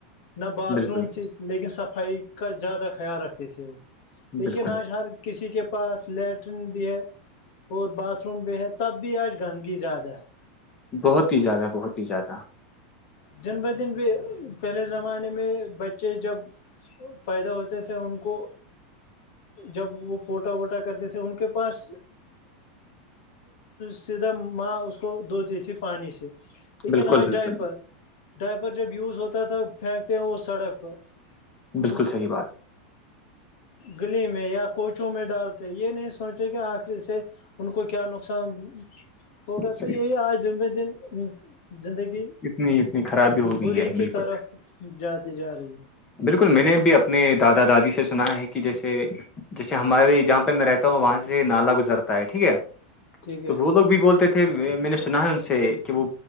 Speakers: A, on the left; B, on the left.
A: نہ باتھ
B: بالکل
A: روم تھی لیکن صفائی کا زیادہ خیال رکھتے تھے وہ لیکن
B: بالکل
A: آج ہر کسی کے پاس لیٹرن بھی ہے اور باتھ روم بھی ہے تب بھی آج گندگی زیادہ ہے
B: بہت ہی زیادہ بہت ہی زیادہ
A: دن بہ دن بھی پہلے زمانے میں بچے جب پیدا ہوتے تھے ان کو جب وہ پوٹا ووٹا کرتے تھے ان کے پاس سیدھا ماں اس کو دھوتی تھی پانی سے لیکن
B: بالکل
A: آج
B: بالکل
A: ڈائیپر ڈائپر جب یوز ہوتا تھا پھینکتے ہیں وہ سڑک پر
B: بالکل صحیح بات
A: گلی میں یا کوچوں میں ڈالتے یہ نہیں سوچے کہ آخر اسے ان کو کیا نقصان ہوگا
B: صحیح
A: تو یہی آج دن بہ دن زندگی
B: بات، اتنی اتنی خرابی ہو گئی
A: بری
B: ہے بالکل
A: کی طرف جاتی جا رہی ہے
B: بالکل میں نے بھی اپنے دادا دادی سے سنا ہے کہ جیسے جیسے ہمارے جہاں پہ میں رہتا ہوں وہاں سے نالا گزرتا ہے ٹھیک ہے
A: ٹھیک ہے
B: تو وہ لوگ بھی بولتے تھے میں نے سنا ہے ان سے کہ وہ